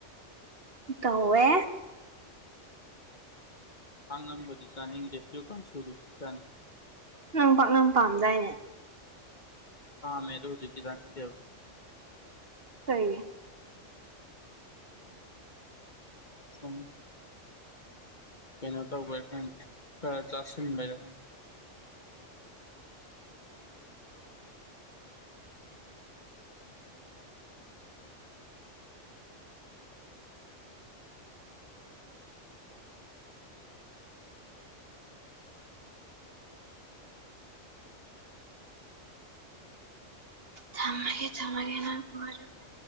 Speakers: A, on the right; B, on the left.
A: ꯇꯧꯋꯦ
B: ꯄꯥꯛꯅꯝꯕꯨꯗꯤ ꯆꯥꯅꯤꯡꯗꯦ ꯄꯦꯔꯨꯛ ꯀꯥꯡꯁꯨꯕꯨꯗꯤ ꯆꯥꯅꯤꯡꯉꯤ
A: ꯅꯪ ꯄꯥꯛꯅꯝ ꯄꯥꯝꯗꯥꯏꯅꯦ
B: ꯄꯥꯝꯃꯦ ꯑꯗꯨ ꯍꯧꯖꯤꯛꯇꯤ ꯆꯅꯤꯗꯦ
A: ꯀꯩꯒꯤ
B: ꯁꯨꯝ ꯀꯩꯅꯣ ꯇꯧꯕꯩ ꯈꯔ ꯆꯥꯁꯤꯟꯕꯩꯔ
A: ꯊꯝꯃꯒꯦ ꯊꯥꯝꯃꯒꯦ ꯅꯪ ꯋꯔꯝꯅꯤ